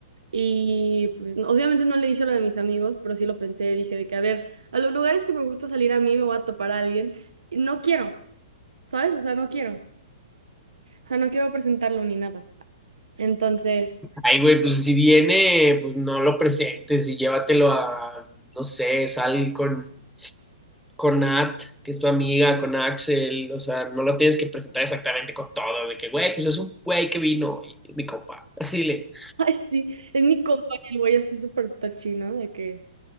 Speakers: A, on the right; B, in the centre.
A: Y pues, no, obviamente no le dije lo de mis amigos, pero sí lo pensé, dije de que, a ver, a los lugares que me gusta salir a mí me voy a topar a alguien, y no quiero, ¿sabes? O sea, no quiero, o sea, no quiero presentarlo ni nada. Entonces,
B: Ay, güey, pues si viene, pues no lo presentes y llévatelo a, no sé, sal con, con Nat, que es tu amiga, con Axel, o sea, no lo tienes que presentar exactamente con todos, de que, güey, pues es un güey que vino y es mi compa, <laughs> así le.
A: <laughs> ay, sí, es mi compa, y el güey así súper touchy, ¿no? De que,